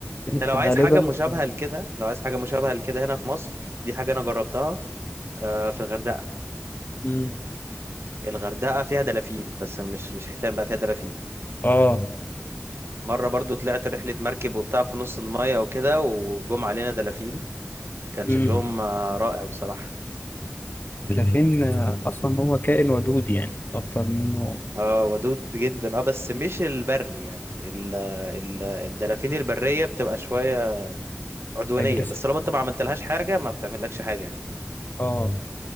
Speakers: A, on the right; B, on the left.
A: انت لو
B: في غالبا
A: عايز حاجة
B: انت-
A: مشابهة لكده لو عايز حاجة مشابهة لكده هنا في مصر دي حاجة انا جربتها آه، في الغردقة
B: مم.
A: الغردقة فيها دلافين بس مش مش حيتان بقى فيها دلافين
B: اه
A: مرة برضو طلعت رحلة مركب وبتاع في نص المايه وكده وجم علينا دلافين كان
B: مم.
A: شكلهم آه، رائع بصراحة
B: الدلافين آه، اصلا هو كائن ودود يعني اكتر منه
A: اه ودود جدا اه بس مش البري يعني ال ال الدلافين البرية بتبقى شوية عدوانية
B: اجريسيف
A: بس طالما انت ما عملتلهاش حاجة ما بتعملكش حاجة يعني
B: اه